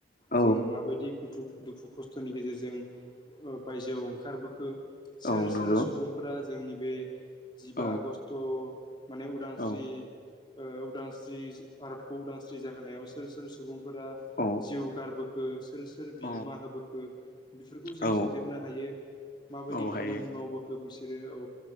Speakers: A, on the left; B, on the left.
A: औ
B: जोङो माबायदि गुथु दुखु खस्थ'नि गेजेरजों ओ बायजोआव ओंखारबोखो सोर
A: औ नंगौ
B: सोर सुबुंफोरा जोंनि बे जिबा
A: औ
B: आगष्ट माने उदांस्रि
A: औ
B: ओ उदांस्रि भारतखौ उदांस्रि जाहोनायाव सोर सोर सुबुंफोरा
A: औ
B: जिउ गारबो खो सोर सोर बिहोमा
A: औ
B: होबोखो बेफोरखौ जों
A: औ
B: सोदेरनो हायो माबायदि
A: औ हायो
B: खामानि मावबोखो बिसोरो औ